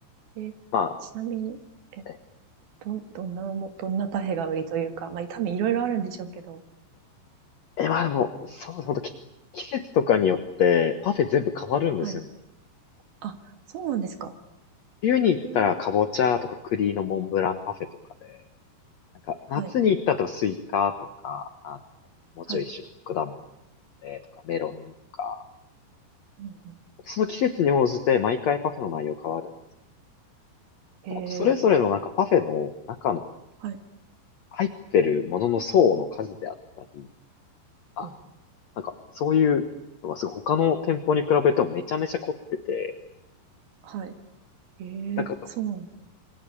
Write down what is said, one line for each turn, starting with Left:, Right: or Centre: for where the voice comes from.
Right: え、
Left: まあ、
Right: ちなみに、え、
Left: え、
Right: どん、どんなも、どんなパフェが売りというか、まあ、多分いろいろあるんでしょうけど、
Left: えまあでも、そう、ほんとき季節とかによってパフェ全部変わるんですよね。
Right: はい。あ、そうなんですか。
Left: 冬に行ったらかぼちゃとか栗のモンブランパフェとかで、
Right: へえ。
Left: なんか夏に行ったらスイカとか、
Right: はい、
Left: あの、もうちょい一緒に果物、
Right: はい。
Left: えーとかメロンとか、
Right: うんうん。
Left: その季節に応じて毎回パフェの内容変わるん
Right: へえ。
Left: ほんとそれぞれのなんかパフェの中の
Right: はい。
Left: 入ってるものの層の数であったり、あ、
Right: うん。
Left: なんかそういうのがすごい他の店舗に比べてもめちゃめちゃ凝ってて、
Right: はい。ええ、
Left: なんか
Right: そう。